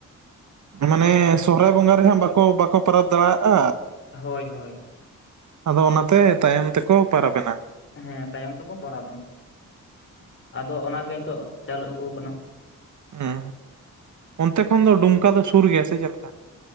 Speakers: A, on the right; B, on the left.
A: ᱢᱟᱱᱮ ᱥᱚᱦᱨᱟᱭ ᱵᱚᱸᱜᱟ ᱨᱮᱦᱟᱸᱜ ᱵᱟᱠᱚ, ᱵᱟᱠᱚ ᱯᱚᱨᱟᱵ ᱫᱟᱲᱮᱭᱟᱜᱼᱟ᱾
B: ᱦᱳᱭ ᱦᱳᱭ,
A: ᱟᱫᱚ ᱚᱱᱟᱛᱮ ᱛᱟᱭᱚᱢ ᱛᱮᱠᱚ ᱯᱟᱨᱟᱵᱱᱟ᱾
B: ᱦᱮᱸ ᱛᱟᱭᱚᱢ ᱛᱮᱠᱚ ᱯᱟᱨᱟᱵ ᱮᱱᱟ ᱟᱫᱚ ᱚᱱᱟ ᱜᱮ ᱱᱤᱛᱚᱜ ᱪᱟᱹᱞᱩ ᱟᱹᱜᱩ ᱟᱠᱟᱱᱟ᱾
A: ᱦᱮᱸ ᱚᱱᱛᱮ ᱠᱷᱚᱱ ᱫᱚ ᱰᱩᱢᱠᱟ ᱫᱚ ᱥᱩᱨ ᱜᱮᱭᱟ ᱥᱮ ᱪᱮᱫ ᱞᱮᱠᱟ?